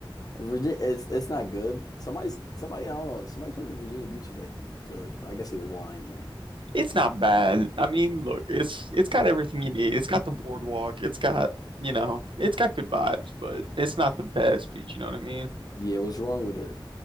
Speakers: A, on the left (about 45°); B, on the right (about 70°).
A: Virginia, it's it's not good. Somebody, somebody, I don't know. Somebody told me Virginia Beach was like good, but I guess he was lying to me.
B: it's not bad. I mean, look, it's it's got everything you need. It's got the boardwalk. It's got, you know, it's got good vibes, but it's not the best beach, you know what I mean?
A: Yeah, what's wrong with it?